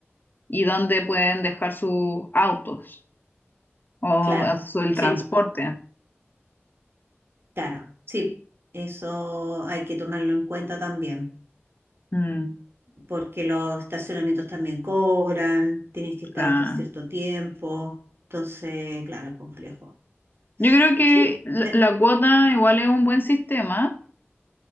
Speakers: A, on the left; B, on the right.
A: y dónde pueden dejar sus autos o
B: Claro,
A: su- el
B: sí,
A: transporte.
B: claro, sí. Eso hay que tomarlo en cuenta también.
A: Mm,
B: porque los estacionamientos también cobran, tienes que estar
A: claro.
B: hasta cierto tiempo, entonces, claro, es complejo.
A: Yo creo que
B: Sí,
A: la
B: te-
A: la cuota igual es un buen sistema